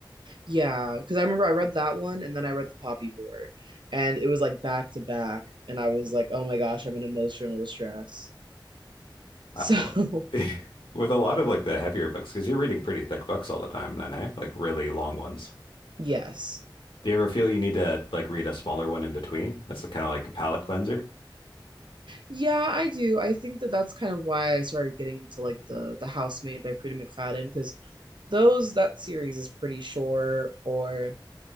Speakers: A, on the right (about 65°); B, on the left (about 80°).
A: yeah because I remember I read that one and then I read The Poppy War and it was like back to back and I was like oh my gosh I'm in emotional distress
B: Uh,
A: so
B: <laughs> with a lot of like the heavier books, because you're reading pretty thick books all the time then, eh? Like really long ones.
A: <laughs> yes
B: Do you ever feel you need to like read a smaller one in between? That's kind of like a palate cleanser.
A: Yeah, I do. I think that that's kind of why I started getting into like the the House Made by Prita McFadden because those that series is pretty short. Or